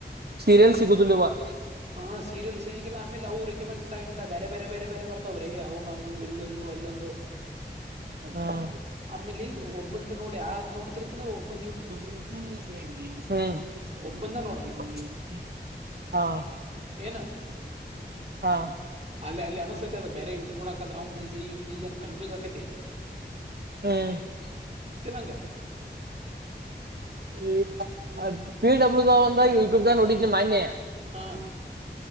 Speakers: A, on the right; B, on the right.
A: ಸೀರಿಯಲ್ ಸಿಗುದಿಲ್ಲ ಯವ್ವ?
B: <unintelligible>
A: <unintelligible>
B: ಹಾ ಸೀರಿಯಲ್ಸ್ ಹೇಂಗಿಲ್ಲ ಆಮೇಲೆ ಅವು ಆ ಆ ಸೀರಿಯಲ್ ಸಿಗೋಂಗಿಲ್ಲ ಆಮೇಲೆ ಅವ ರೆಕಮೆಂಡ್ ಟೈಮ್ ಇಲ್ಲ ಬೇರೆ ಬೇರೆ ಬೇರೆ ಬ ಬರ್ತಾವ್ರೆ ಅವನೊಂದು ಇಲ್ಲೊಂದು ಅಲ್ಲೊಂದು <unintelligible>
A: ಹ್ಮ್
B: ಆಮೇಲಿ ಒಬ್ಬಂದ ನೋಡಿ ಯಾವದ ನೋಡ್ತಿರ್ತಲ್ಲ ಒಬ್ಬ <unintelligible>
A: <inaudible> ಹ <unintelligible>
B: ಒಬ್ಬಂದ ನೋಡ
A: ಹಾ <unintelligible>
B: ಏನ್ ಅಲ್ಲ ಅಲ್ಲೇ
A: ಹಾ
B: <unintelligible> ಅನಸೈತೆ ಅದ ಬೇರೆ ಯೂಟ್ಯೂಬ್ ನೋಡೋಕತ್ರ ಅವಂದ ಈಜಿ ಇವಂದ ಈಜಿ ಕನ್ಫ್ಯೂಸ್ ಆಕೈತಿ. <unintelligible>
A: ಹೂ <unintelligible>
B: ಹಂಗ
A: ಈ ಆದ ಪಿ ಡಬ್ಲ್ಯೂ ದ ಒಂದ್ ಅಂದಾಗ ಯೂಟ್ಯೂಬ್ ದಾಗ ನೋಡಿದ್ದೆ ಮೊನ್ನೆ? <unintelligible>
B: ಹಾ